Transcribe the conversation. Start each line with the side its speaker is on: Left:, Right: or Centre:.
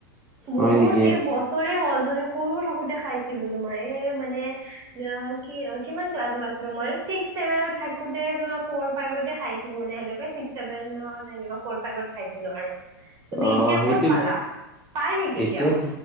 Centre: হয়
Right: বহুত
Centre: নেকি
Right: দে বস্ত ৰে হ'ল যোনে সৰু থাকোতে খাইছিলো তোমাৰ এ মানে কি কিমান ক্লাছত আছিলো মই ছিক্স চছেভেনত থাকোতে তমাৰ ফৰ ফাইভতে খাইছিলো মানে সেনেকে চিক্স ছেভেনত সেকুৱা ফ'ৰ ফাইভত খাইছিলো আৰু তুমি
Centre: অ
Right: এতিয়া
Centre: সেইটো
Right: ক'ত পালা পাই নেকি
Centre: এতিয়া
Right: এতিয়াও